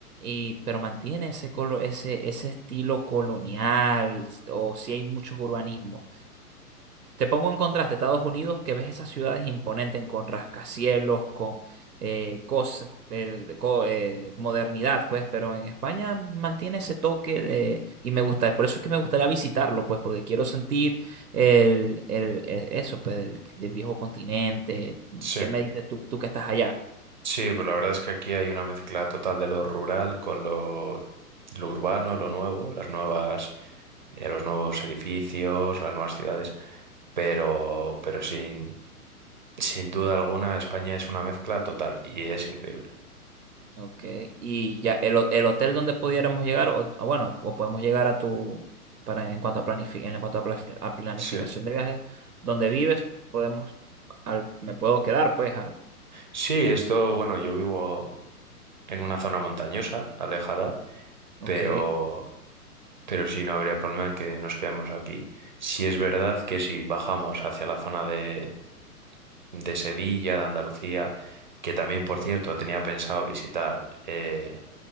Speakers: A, on the right; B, on the right.
A: Y, pero mantiene ese, colo- ese, ese estilo colonial, o si hay muchos urbanismos. Te pongo en contraste Estados Unidos, que ves esas ciudades imponentes con rascacielos, con eh, cos- el- co- eh, modernidad, pues, pero en España mantiene ese toque de... Y me gusta, por eso es que me gustaría visitarlo, pues, porque quiero sentir el, el- e- eso, pues, del, del viejo continente.
B: sí,
A: ¿Qué me dices tú, tú que estás allá?
B: sí, pues la verdad es que aquí hay una mezcla total de lo rural con lo, lo urbano, lo nuevo, las nuevas, eh, los nuevos edificios, las nuevas ciudades, pero, pero sin, sin duda alguna España es una mezcla total y es increíble.
A: Ok, y ya el, el hotel donde pudiéramos llegar, o o bueno, o podemos llegar a tu, para en cuanto a planifi- en cuanto a, plaf- a planificación
B: Sí.
A: de viajes, donde vives, podemos, al, me puedo quedar, pues, al,
B: Sí, esto, bueno, yo vivo en una zona montañosa, alejada,
A: ok,
B: pero, pero sí no habría problema en que nos quedemos aquí. Si es verdad que si bajamos hacia la zona de, de Sevilla, de Andalucía, que también,
A: ok,
B: por cierto, tenía pensado visitar eh,